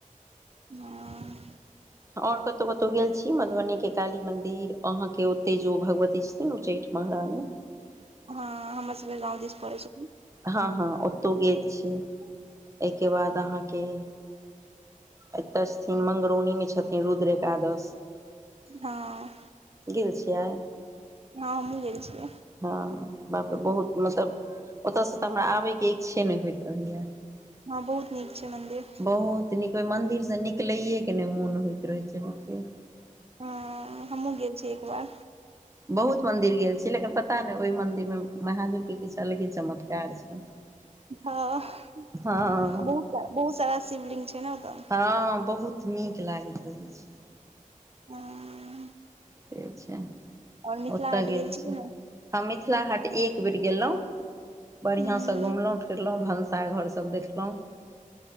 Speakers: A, on the right; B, on the right.
A: आ <unintelligible>
B: आओर कतहु कतहु गेल छी मधुबनीके काली मन्दिर अहाँके ओतेक जे ओ भगवती छथि उच्चैठ महरानी
A: हँ हमर सबके गाँव दिस पड़ै छै
B: हँ हँ ओतौ गेल छी एहिके बाद अहाँके एतय छथिन मंगरौनी मे छथिन रुद्र एकादश
A: हँ
B: गेल छियै
A: हँ हमहुँ गेल छियै
B: हँ बापर बहुत मतलब ओतयसँ तऽ हमरा आबैके इच्छे नहि होइत रहैया
A: हँ बहुत नीक छै मन्दिर
B: बहुत नीक ओहि मन्दिरसँ निकलैेके नहि मोन होइत रहै छै लोकके
A: ह हमहुँ गेल छीयै एक बार
B: बहुत मंन्दिर गेल छी लेकिन पता नहि ओहि मंन्दिरमे महादेव के किछ अलगे चमत्कार छै
A: ह
B: हँ
A: बहुत ज्या बहुत ज्यादा शिवलिंग छै ने ओतऽ
B: हँ बहुत नीक लागैत रहैत छै
A: <unintelligible>
B: से छै
A: आओर मिथिला
B: ओतय
A: हाट
B: गेल छी
A: कि
B: हम मिथिला हाट एक बेर गेलो
A: नहि
B: बढ़िया से घुमलो फिरलो भनस साय घर सब देखलहुँ